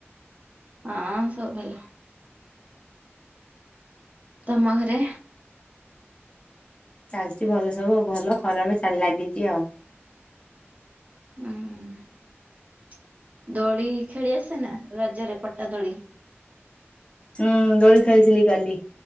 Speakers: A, on the right; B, on the left.
A: ହଁ ସବୁ ଭଲ। ତୋମ ଘରେ
B: ଚାଲଚି ଭଲ ସବୁ ଭଲ ଖରାରେ ଚାଲ ଲାଗିଚି ଆଉ।
A: ଅଁ, ଦୋଳି ଖେଳି ଆସେ ନା ରଜରେ ପଟା ଦୋଳି?
B: ଉଁ, ଦୋଳି ଖେଳିଥିଲି କାଲି।